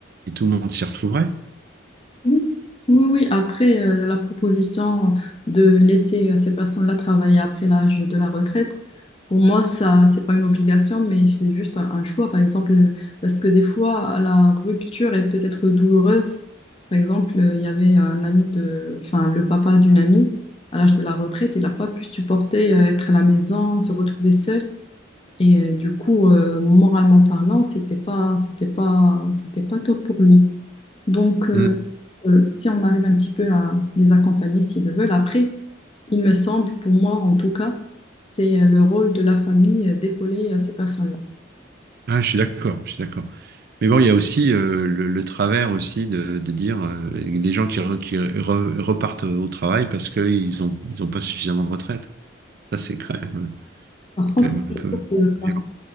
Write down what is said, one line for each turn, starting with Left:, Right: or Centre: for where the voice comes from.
Right: et tout le monde s'y retrouverait.
Left: Oui, oui, oui. Après, euh, la proposition de laisser euh, ces personnes-là travailler après l'âge de la retraite, pour moi, ça, c'est pas une obligation, mais c'est juste un, un choix, par exemple, parce que des fois, la rupture est peut-être douloureuse. Par exemple, euh, il y avait un ami de, enfin, le papa d'une amie, à l'âge de la retraite, il n'a pas pu supporter euh, être à la maison, se retrouver seul. Et euh, du coup, euh, moralement parlant, c'était pas, c'était pas, c'était pas top pour lui. Donc, euh,
Right: Hmm.
Left: euh, si on arrive un petit peu à les accompagner s'ils le veulent. Après, il me semble, pour moi en tout cas, c'est euh, le rôle de la famille euh, d'épauler euh, ces personnes-là.
Right: Ah, je suis d'accord, je suis d'accord. Mais bon, il y a aussi euh, le, le travers aussi de, de dire euh, des gens qui, re- qui re- repartent au travail parce qu'ils ont ils ont pas suffisamment de retraite. Ça, c'est quand même
Left: Par
Right: c'est
Left: contre,
Right: quand même un
Left: je
Right: peu
Left: trouve que ça,
Right: violent.